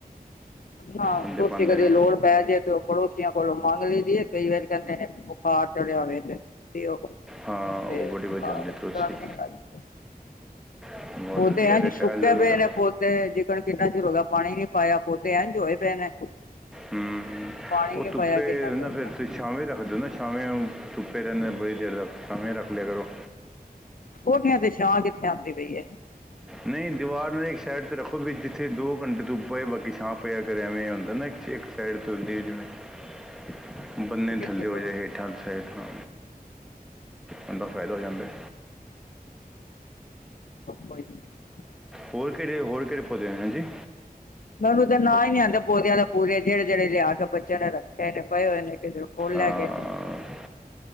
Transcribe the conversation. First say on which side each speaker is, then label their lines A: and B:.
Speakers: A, on the left; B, in the centre.
A: ਹਾਂ,
B: ਬੰਦੇ
A: ਤੁਸੀਂ
B: ਪਾਉਂਦੇ
A: ਕਦੇ
B: ਨੇ
A: ਲੋੜ ਪੈ ਜੇ ਤੇ ਓ ਪੜੋਸੀਆਂ ਕੋਲੋਂ ਮੰਗ ਲਈ ਦੀਏ।। ਈ ਵਾਰੀ ਕੈਂਦੇ ਨੇ ਬੁਖਾਰ ਚੜਿਆ ਹੋਵੇ ਤੇ ਓ-
B: ਹਾਂ
A: ਤੇ
B: ਉਹ ਬੜੀ ਵਧੀਆ
A: ਹਾਂ
B: ਹੁੰਦੀ ਤੁਲਸੀ
A: <unintelligible>
B: ਬਹੁਤ
A: ਪੌਦੇ
B: ਵਧੀਆ
A: ਐਂ
B: ਤੇ
A: ਜਿਵੇਂ
B: ਚਾਹ
A: ਸੁੱਕੇ
B: ਐਲੋਵੇਰਾ
A: ਪਏ ਨੇ, ਪੌਦੇ ਤੇ ਜਿਕਰ ਕਿੰਨਾ ਚਿਰ ਹੋ ਪਾਣੀ ਨੀ ਪਾਇਆ, ਪੌਦੇ ਐਜ਼ ਹੋਏ ਪਏ ਨੇ।
B: ਹਮ,
A: ਪਾਣੀ
B: ਉਹ
A: ਨੀ
B: ਧੁੱਪੇ
A: ਪਾਇਆ ਕਿੰਨਾ
B: ਹੋਏ
A: ਚਿਰ
B: ਨਾ
A: ਨੇ
B: ਫਿਰ ਤੇ ਸ਼ਾਵੇਂ ਰੱਖ ਦੇ ਓ ਨਾ ਸ਼ਾਵੇਂ ਧੁੱਪੇ ਰੈਂਦੇ ਬੜੀ ਦੇਰ ਤਕ, ਸ਼ਾਵੇਂ ਰੱਖ ਲਿਆ ਕਰੋ।
A: ਕੋੋਠਿਆਂ ਤੇ ਛਾਂ ਕਿੱਥੇ ਆਂਦੀ ਪਈ ਏ।
B: ਨਹੀਂ ਦੀਵਾਰ ਨਾਲ ਇੱਕ ਸਾਈਡ 'ਤੇ ਰੱਖੋ, ਵੀ ਜਿੱਥੇ ਦੋ ਘੰਟੇ ਤੋਂ ਪਏ ਬਾਕੀ ਛਾ ਪਿਆ ਕਰ ਐਵੇਂ ਹੁੰਦਾ ਨਾ ਇੱਕ- ਇੱਕ ਪੈਡ ਧੁਲੀ ਜਿਵੇਂ। ਬੰਨੇ
A: ਕਿਸ
B: ਥੱਲੇ
A: ਤੋਂ
B: ਹੋਜੇ ਹੇਠਾਂ ਦੀ ਸਾਇਡ ਤੋਂ। ਬੰਦਾ ਫ਼ਾਇਦਾ ਹੋ ਜਾਂਦਾ।
A: ਪ ਹੀ <unintelligible>
B: ਹੋਰ ਕਿਹੜੇ, ਹੋਰ ਕਿਹੜੇ ਪੌਦੇ ਨੇ ਹੈਂ ਜੀ?
A: ਮੈਨੂੰ ਤਾਂ ਨਾ ਈ ਨੀ ਆਂਦੇ ਪੋਦਿਆਂ ਦੇ ਪੂਰੇ, ਜੇੜੇ ਜੇੜੇ ਲਿਆ ਕੇ ਬੱਚਿਆਂ ਨੇ ਰੱਖੇ ਨੇ ਪਏ ਹੋਏ ਨੇ। ਇਹ ਕੋਲ ਲੈਗੇ
B: ਅਹ,
A: ਨੇ।